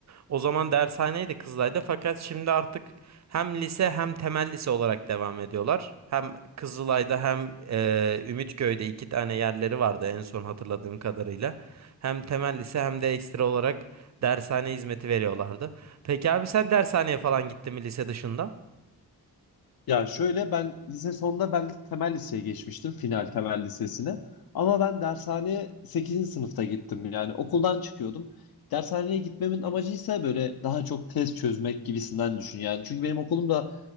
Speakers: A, on the right; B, on the left.
A: O zaman dershaneydi Kızılay'da fakat şimdi artık hem lise hem temel lise olarak devam ediyorlar. Hem Kızılay'da hem e, Ümitköy'de iki tane yerleri vardı en son hatırladığım kadarıyla. Hem temel lise hem de ekstra olarak dershane hizmeti veriyorlardı. Peki abi sen dershaneye falan gittin mi lise dışında?
B: Ya şöyle ben lise sonunda ben de temel liseye geçmiştim. Final temel lisesine. Ama ben dershaneye sekizinci sınıfta gittim. Yani okuldan çıkıyordum. Dershaneye gitmemin amacı ise böyle daha çok test çözmek gibisinden düşün. Yani çünkü benim okulumda